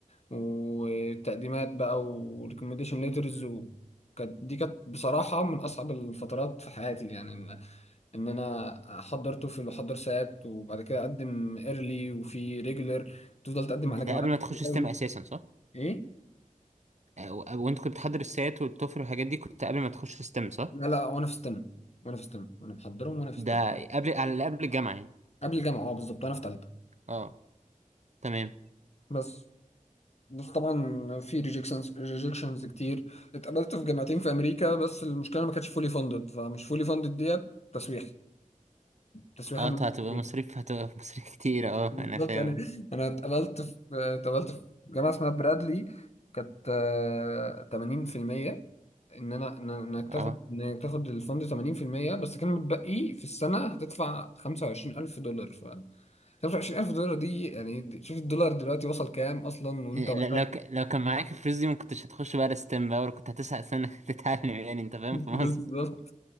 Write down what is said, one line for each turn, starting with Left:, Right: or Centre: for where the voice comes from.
Left: وتقديمات بقى وريكومنديشن ليترز وكانت دي كانت بصراحه من اصعب الفترات في حياتي يعني ان ان انا احضر توفل واحضر ساعات وبعد كده اقدم ايرلي وفي ريجولر تفضل تقدم
Right: ده
Left: على جامعات
Right: قبل ما تخش
Left: كتير
Right: ستيم
Left: قوي
Right: اساسا صح؟
Left: ايه
Right: آه، و- وانت كنت بتحضر السات والتوفل والحاجات دي كنت قبل ما تخش ستيم صح؟
Left: لا لا وانا في ستم وانا في ستم وانا محضرهم وانا في
Right: ده
Left: ستم
Right: قبل على قبل الجامعة يعني
Left: قبل الجامعه اه بالظبط وانا في ثالثه
Right: اه تمام
Left: بس بس طبعا في ريجكشنز ريجكشنز كتير اتقبلت في جامعتين في امريكا بس المشكله ما كانتش فولي فاندد فمش فولي فاندد ديت تسويح تسويح
Right: اه
Left: بمعنى
Right: ط- هتبقى
Left: الكلمة.
Right: مصاريف هتبقى <laughs> مصاريف كتير اه
Left: بالظبط
Right: انا فاهم
Left: انا انا اتقبلت في اتقبلت في جامعه اسمها برادلي كانت آه، 80% ان انا إن- انك
Right: اه
Left: تاخد انك تاخد الفند 80% بس كان متبقي في السنه هتدفع 25000 دولار ف 25000 دولار دي يعني شوف الدولار دلوقتي وصل كام اصلا وانت
Right: ل-
Left: وقتها
Right: لو ك... لو كان معاك الفلوس دي ما كنتش هتخش بقى ستيم بقى ولا كنت هتسعى سنة <laughs> تتعلم يعني انت فاهم في مصر
Left: بالظبط